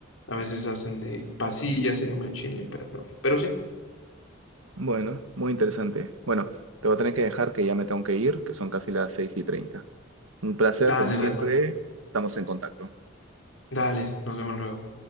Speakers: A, on the left; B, on the right.
A: a veces hacen de pasilla, se llama en Chile, pero, pero sí.
B: Bueno, muy interesante. Bueno, te voy a tener que dejar que ya me tengo que ir, que son casi las 6 y 30. Un placer,
A: Dale,
B: como siempre,
A: dale,
B: estamos en contacto.
A: dale, nos vemos luego.